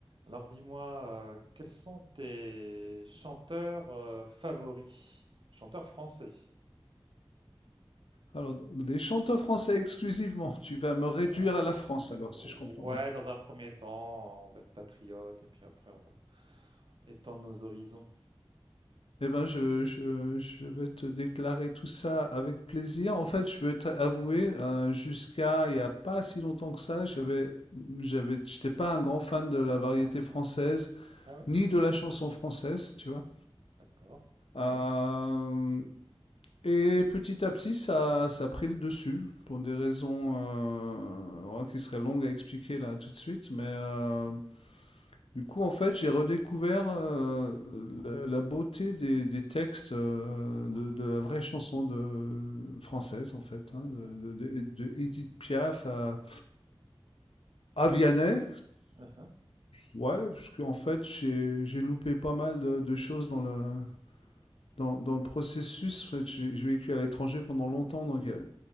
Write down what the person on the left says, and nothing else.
Alors, les chanteurs français exclusivement, tu vas me réduire
à la France alors,
si je comprends bien.
Eh ben, je, je, je vais te déclarer tout ça avec plaisir. En fait, je peux t'avouer, euh, jusqu'à il n'y a pas si longtemps que ça, j'avais, j'avais, j'étais pas un grand fan de la variété française,
ni de la chanson française, tu vois.
Euh, et petit à petit, ça, ça a pris le dessus, pour des raisons euh, oh, qui seraient longues à expliquer là tout de suite, mais... euh,
Du coup, en fait, j'ai redécouvert euh, la, la beauté des, des textes euh, de,
de
la vraie chanson de, française, en fait,
hein, de,
de-
de- de Édith Piaf à, à Vianney.
Ouais, parce qu'en fait, j'ai j'ai loupé pas mal de, de choses dans le, dans, dans le processus. En fait, j'ai j'ai vécu à l'étranger pendant longtemps, donc euh,